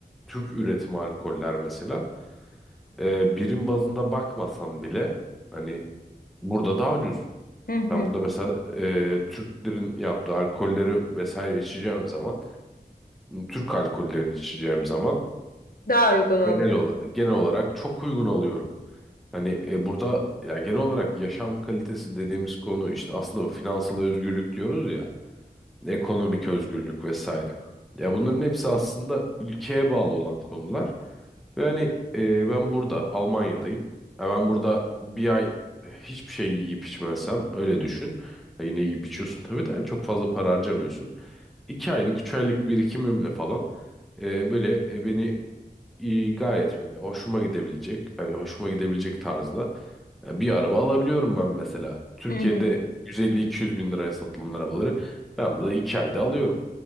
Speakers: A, in the centre; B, on the left (about 60°).
A: Türk üretimi alkoller mesela e, birim bazında bakmasan bile hani burada daha ucuz.
B: Hı hı.
A: Ben burada mesela e, Türklerin yaptığı alkolleri vesaire içeceğim zaman, Türk alkollerini içeceğim zaman
B: Daha uygun oluyor.
A: Genel olarak, genel olarak çok uygun alıyorum. Hani e, burada ya genel olarak yaşam kalitesi dediğimiz konu işte aslında finansal özgürlük diyoruz ya, ekonomik özgürlük vesaire. Ya bunların hepsi aslında ülkeye bağlı olan konular. Ve hani e, ben burada Almanya'dayım. Ya ben burada bir ay e, hiçbir şey yiyip içmezsem öyle düşün. Ya yine yiyip içiyorsun tabii de yani çok fazla para harcamıyorsun. İki aylık, üç aylık birikimimle falan e, böyle e, beni iyi, gayet böyle hoşuma gidebilecek, yani hoşuma gidebilecek tarzda e, bir araba alabiliyorum ben mesela. Türkiye'de
B: Hı hı.
A: 150-200 bin liraya satılan arabaları ben burada 2 ayda alıyorum.